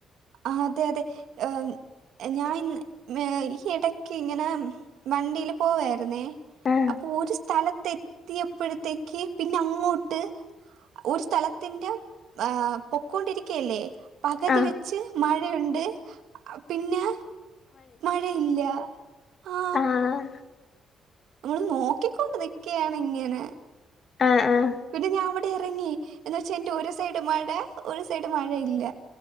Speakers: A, on the right; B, on the left.
A: ആഹ് അതെ അതെ ഏഹ് മ് ഞാൻ ഇൻന്ന് ഈ എടെക്ക് ഇങ്ങനെ വണ്ടീല് പോവേര്ന്നേ
B: ആ
A: അപ്പൊ ഒരു സ്ഥലത്തെത്തിയെപ്പഴെത്തേക്ക് പിന്നെ അങ്ങോട്ട് ഒരു സ്ഥലത്തിന്റെ ഏഹ് പൊക്കോണ്ടിരികെ ല്ല്യേ പകതി
B: ആഹ്
A: വെച്ച് മഴയുണ്ട് പിന്നെ മഴയില്ല ആ
B: ആഹ്
A: നമ്മള് നോക്കിക്കൊണ്ട് നിക്ക്യേണ് ഇങ്ങനെ
B: ആ ആഹ്
A: പിന്നെ ഞാവടെ എറങ്ങി എന്ന് വെച്ചാ എന്റെ ഒരു സൈഡ് മഴ ഒരു സൈഡ് മഴ ഇല്ല